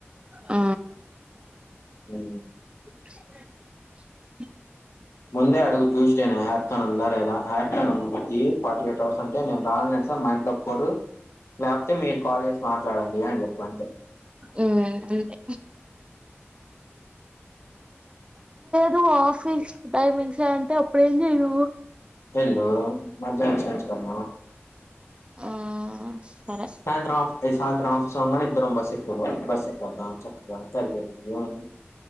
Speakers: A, on the right; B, on the left.
A: ఆ
B: ఉ
A: <inaudible>
B: ముందే అడుగు ట్యూస్డేనే హయాప్న్ ఉందా లేదా యాన్ ఉది ఫార్టీ ఎయిట్ అవర్స్ అంటే నేను రాన్ను సార్ మా ఇంట్లో బరు లేక అయితే మీరు కాల్ చేసి మాట్లాడండి అని చెప్పు అంతే
A: ఉమ్ అంతే నువ్వు ఆఫీస్ టైమింగ్స్ ఏ అంటే అప్పుడేం చేయు
B: హలో మ్జాచ్చ తన్ను
A: ఆ సరే
B: సాయంత్రం ఆఫీ సాంత్రం ఆఫీస్ అవ్వంగనే ఇద్దరం బస్సెక్కి బస్ ఎక్కద్దా చక్కగా తె <unintelligible>